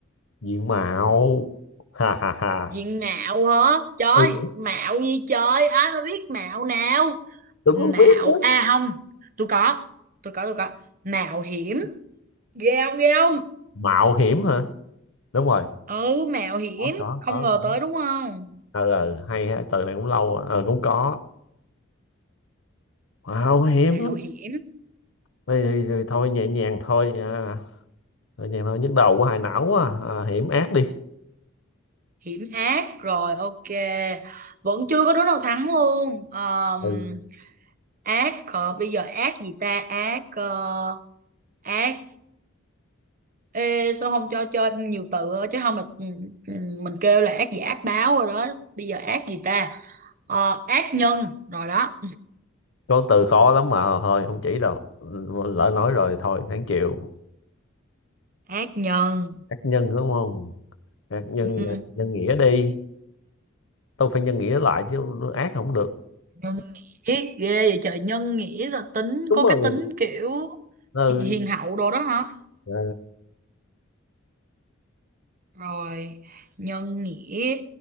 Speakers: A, on the left; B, on the right.
A: diện mạo ha ha ha
B: diện mạo hả trời
A: ừ
B: mạo gì trời ai mà biết mạo nào
A: tôi
B: mạo
A: cũng biết đó
B: a à, không tôi có tôi có tôi có mạo hiểm ghê không ghê không
A: mạo hiểm hả đúng rồi
B: ừ mạo hiểm
A: có có
B: không
A: có
B: ngờ
A: có
B: tới đúng không
A: ờ ờ, hay ha từ này cũng lâu rồi. ờ cũng có mạo hiểm
B: mẹo hiểm
A: thì, thì, thì thôi nhẹ nhàng thôi à, Đơn giản thôi, nhức đầu của hại não quá à. À, hiểm ác đi.
B: hiểm ác rồi ok vẫn chưa có đứa nào thắng luôn Ờm,
A: ừ.
B: ác ờ, bây giờ ác gì ta ác ờ, ác Ê, sao không cho chơi nhiều từ thôi? chứ không là ừ, ừ, mình kêu là ác gì ác báo rồi đó bây giờ ác gì ta Ờ, ác nhân rồi đó
A: Có từ khó lắm mà thôi không chỉ đâu. Lỡ nói rồi thôi, đáng chịu.
B: ác nhân
A: Ác nhân đúng không? Ác nhân
B: ừ,
A: nhân nghĩa đi. Tôi phải nhân nghĩa lại chứ ác không được.
B: nhân nghĩa ghê vậy trời nhân nghĩa là tính
A: đúng
B: có
A: rồi
B: cái tính kiểu
A: Ừ,
B: hi- hiền hậu đồ đó hả
A: Ờ,
B: Rồi, nhân nghĩa